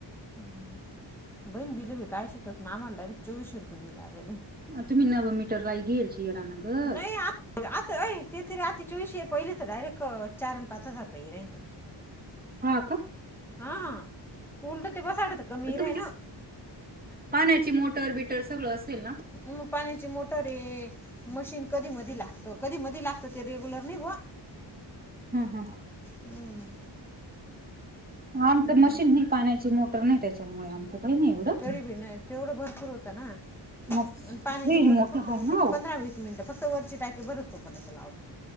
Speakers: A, in the centre; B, on the right (about 20°).
A: हम्म बहीण बिल बी काय शतात ना आम्हाला डायरेक्ट चोवीसशे रुपये बिल आलेलं.
B: तुम्ही नव मीटर राही घेईलचे रा न ग.
A: नाही आ- आता व्हाय ते तरी चोविशे, पहिले तर डयरेक्ट चार अन पाच हजार रुपये रेंत.
B: हा का
A: हा उलट ते बसाडत कमीरय
B: तुमची
A: ना?
B: पाण्याची मोटर, बिटर सगळं असेल ना?
A: हम्म पाण्याची मोटर ऐ. मशीन कधी मधी लागतं. कधीमधी लागतं ते रेग्युलर नाही बुआ.
B: हा हा
A: हम्म.
B: आमचं मशीन
A: मग
B: नाही पाण्याची, मोटर नाही त्याच्यामुळे, आमचं काही नाही एवढं.
A: तरी बी नाही तेवढं भरपूर होतं ना
B: मग फ्रीज
A: अन् पाण्याची मोटर
B: मोठा
A: फक्त
B: आहे
A: मी
B: ना
A: किती
B: ओ.
A: पंधरा वीस मिनटं फक्त वरची टाकी भरेस तोपर्यंत लावते.